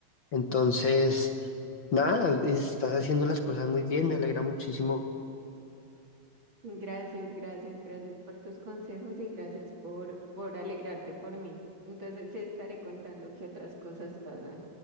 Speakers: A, on the left; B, on the right.
A: Entonces... Nada, estás haciendo las cosas muy bien, me alegra muchísimo
B: Gracias, gracias, gracias por tus consejos y gracias por, por alegrarte por mí. Entonces, te estaré contando qué otras cosas pasan.